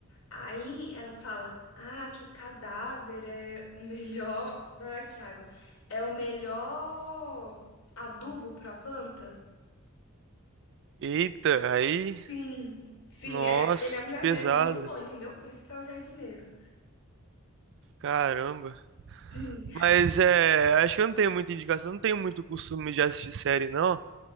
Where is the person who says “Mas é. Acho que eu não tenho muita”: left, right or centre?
Right